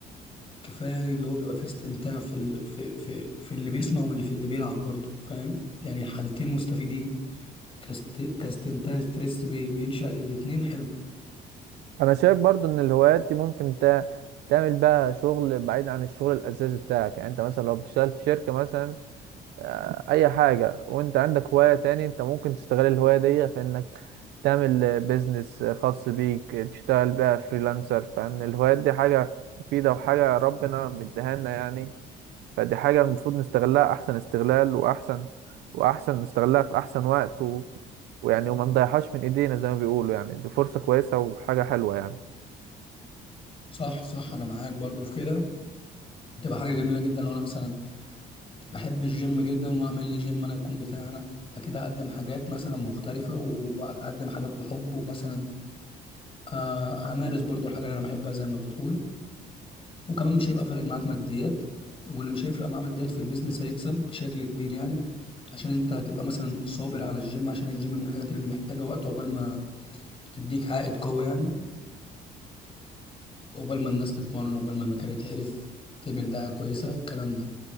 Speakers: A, on the left; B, on the right.
A: كفايه يعني اللي هو بيبقى فيه استمتاع في ال... في في في اللي بيسمع واللي في اللي بيلعب برضه فاهم يعني الحالتين مستفيدين كاست... كاستمتاع ستريس بي... بينشأ للاتنين حلو
B: انا شايف برضو ان الهوايات دي ممكن تا- تعمل بقى شغل بعيد عن الشغل الاساسي بتاعك يعني انت مثلا لو بتشتغل في شركة مثلا آه، اي حاجة وانت عندك هواية تاني انت ممكن تستغل الهواية دي في انك تعمل بيزنس خاص بيك تشتغل بقى فريلانسر فان الهوايات دي حاجة مفيدة وحاجة ربنا مديها لنا يعني فدي حاجة المفروض نستغلها أحسن استغلال وأحسن وأحسن نستغلها في أحسن وقت و... ويعني وما نضيعهاش من إيدينا زي ما بيقولوا يعني دي فرصة كويسة وحاجة حلوة يعني
A: صح صح انا معاك برضه في كده هتبقى حاجه جميله جدا لو انا مثلا بحب الجيم جدا واعمل لي جيم انا يكون بتاعنا اكيد هقدم حاجات مثلا مختلفه و- وهقدم حاجات بحب ومثلا آه همارس برضه الحاجه اللي انا بحبها زي ما بتقول وكمان مش هيبقى فارق معاك ماديات واللي مش هيفرق معاه ماديات في البيزنس هيكسب بشكل كبير يعني عشان انت هتبقى مثلا صابر على الجيم عشان الجيم من الحاجات اللي محتاجة وقت عقبال ما تديك عائد قوي يعني عقبال ما الناس تتمرن عقبال ما المكان يتعرف تعمل دعاية كويسة الكلام ده